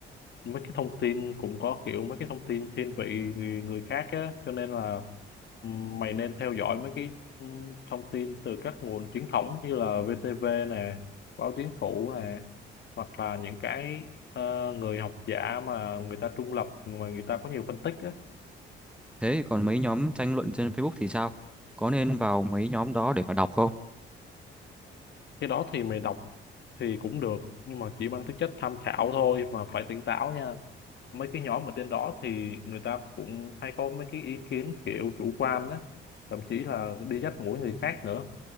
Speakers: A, on the left (about 60°); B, in the centre.
A: mấy cái thông tin cũng có kiểu mấy cái thông tin thiên vị người người khác á cho nên là mày nên theo dõi mấy cái ừ, thông tin từ các nguồn chính thống như là VTV nè báo chính phủ nè hoặc là những cái ờ, người học giả mà người ta trung lập mà người ta có nhiều phân tích á
B: Thế còn mấy nhóm tranh luận trên Facebook thì sao? Có nên vào mấy nhóm đó để mà đọc không?
A: cái đó thì mày đọc thì cũng được nhưng mà chỉ mang tính chất tham khảo thôi mà phải tỉnh táo nha mấy cái nhóm ở trên đó thì người ta cũng hay có mấy cái ý kiến kiểu chủ quan á thậm chí là đi dắt mũi người khác nữa